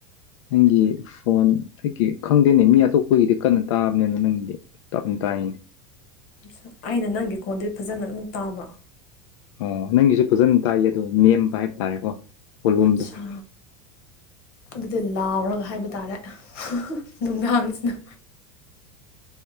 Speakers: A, on the left; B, on the left.
A: ꯅꯪꯒꯤ ꯐꯣꯟ ꯑꯩꯒꯤ ꯈꯪꯗꯦꯅꯦ ꯃꯤ ꯑꯇꯣꯞ ꯄꯒꯤꯗꯤ ꯀꯟꯅ ꯇꯥꯕꯅꯤꯅ ꯅꯪꯒꯤꯗꯤ ꯇꯞꯅ ꯇꯥꯏꯅꯦ
B: ꯑꯠꯆꯥ ꯑꯩꯅ ꯅꯪꯒꯤ ꯈꯣꯟꯗꯤ ꯐꯖꯅ ꯑꯗꯨꯝ ꯇꯥꯕ
A: ꯑꯣ ꯅꯪꯒꯤꯁꯨ ꯐꯖꯅ ꯇꯥꯏꯌꯦ ꯑꯗꯣ ꯅꯦꯝꯕ ꯍꯥꯏꯕ ꯇꯥꯔꯦꯀꯣ ꯕꯣꯂꯨꯝꯗꯣ
B: ꯑꯠꯁꯥ ꯑꯗꯨꯗꯤ ꯂꯥꯎꯔꯒ ꯍꯥꯏꯕ ꯇꯥꯔꯦ ꯅꯨꯡꯗꯥꯡꯁꯤꯅ